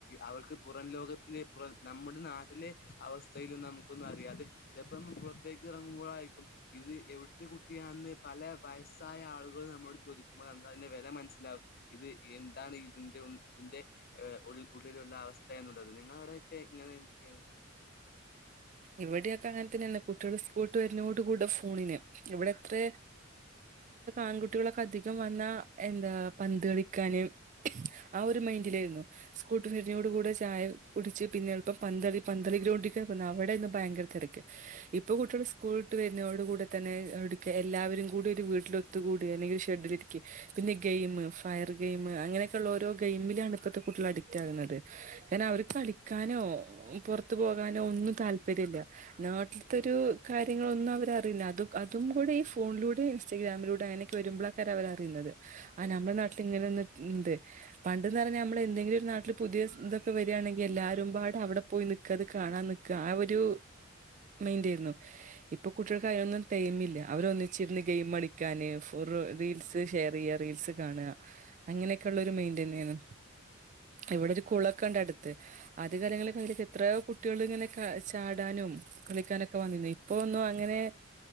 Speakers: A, on the left; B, on the right.
A: അവൾക്ക് പുറം ലോകത്തിലെ പുറം നമ്മുടെ നാട്ടിലെ അവസ്ഥയിലന്നും നമുക്കൊന്നും അറിയാതെ. ചിലപ്പം പ്രത്യേക ഇറങ്ങുമ്പോഴായിരിക്കും ഇത് എവിടുത്തെ കുട്ടിയാണെന്ന് പല വയസ്സായ ആളുകൾ നമ്മോട് ചോദിക്കും. അതിന്റെ വില മനസ്സിലാവും ഇത് എന്താണ് ഇതിന്റെ ഇന്റെ ഉള്ളിലുള്ള അവ അവസ്ഥനുള്ളത് നിങ്ങള അവിടെക്കെ ഇങ്ങനെ എന്തൊക്കെയാണ്.
B: ഇവിടെക്കെ അങ്ങനെ തന്നെ കുട്ടികൾ സ്കൂൾട്ട് വരുന്നോട് കൂടെ ഫോണിന് ഇവിടെ എത്ര ആൺകുട്ടികളൊക്കെ അധികം വന്ന എന്താ പന്ത് കളിക്കാന് ആ ഒരു മൈൻഡില സ്കൂൾട്ട് വരുന്നത് ഓട് കൂടെ ചായ കുടിച്ച് പിന്നെ പന്തളി പന്തളി ഗ്രൗണ്ടിൽ അവടെ ഇന്ന് ഭയങ്കര തിരക്ക് ഇപ്പ കുട്ടികൾ സ്കൂൾ വിട്ട് വരുന്നോ കൂടെ തന്നെ ഇടക എല്ലാവരും കൂടി ഒരു വീട്ടിൽ ഒത്തുകൂടി അല്ലങ്കിൽ ഷെഡിലിരിക്കെ പിന്നെ ഗെയിം ഫയർ ഗെയിം അങ്ങനൊക്കെയുള്ള ഓരോെഗ യി ഗയിമിൽലാണ് ഇപ്പഴത്തെ കുട്ടികൾ അഡിക്റ്റ് ആകുന്നത് കാരണം അവർക്ക് കളിക്കാനോ പുറത്തു പോ ഒന്നും താല്പര്യമല്ല നാട്ടിലത്തെരു കാര്യങ്ങളൊന്നും അവരറിയില്ല അ അതും കൂടെഈ ഫോണിലൂടെ ഇൻസ്റ്റാഗ്രാമിലൂടെ അങ്ങനെയൊക്കെ വരുമ്പോൾ ആക്കാര് അവർ അറിയുന്നത് ആ നമ്മുടെ നാട്ടിൽ ഇങ്ങനെ ഒന്ന്ണ്ട് പണ്ട്ന്ന് പറഞ്ഞാൽ നമ്മള് എന്തെങ്കിലും ഒരു നാട്ടില് പുതിയ ഇതൊക്കെ വരികയാണെങ്കിൽ എല്ലാരും പാടെ അവിടെ പോയി നിൽക്ക കാണാൻ നിക്ക ആ ഒരു മൈ മൈൻടയിരുന്നു ഇപ്പൊ കുട്ടികൾക്ക് അതിനൊന്നും ടൈംമില്ല അവര് ഒന്നിച്ചിരുന്ന് ഗെയിം കളിക്കാന് റീൽസ് ഷെയർ ചെയ്യ റീൽസ് കാണ അങ്ങനൊക്കെള്ള ഒരു മന്റന്നെയാണ് ഇവിടെ ഒരു കുളൊക്കെ ഉണ്ട് അടുത്ത് ആദ്യ കാലങ്ങളിൽ അതിൽ എത്രയോ കു കുട്ടികൾ ഇങ്ങനെ ചാടാനും കളിക്കാനൊക്കെ വന്നിന്നു ഇപ്പൊ ഒന്നും അങ്ങനെ